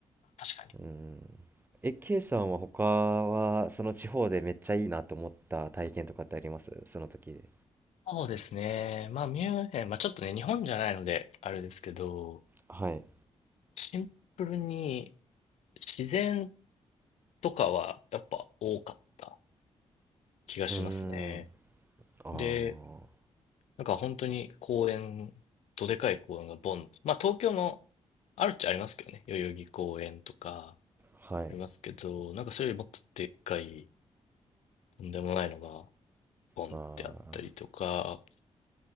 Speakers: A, on the left (about 75°); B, on the right (about 20°).
A: 確かに。
B: うん。え、K さんは他は、その地方でめっちゃいいなと思った体験とかってありますその時で。
A: そうですね。まあ、ミュンヘン、まあちょっとね、日本じゃないので、あれですけど、
B: はい。
A: シンプルに自然とかはやっぱ多かった気がしますね。
B: うーん。あ
A: で、
B: あ。
A: なんか本当に公園、どでかい公園がボン。まあ東京もあるっちゃありますけどね。代々木公園とか
B: はい。
A: ありますけど、なんかそれよりもっとでっかい、とんでもないのがボンってあったりとか、
B: ああ。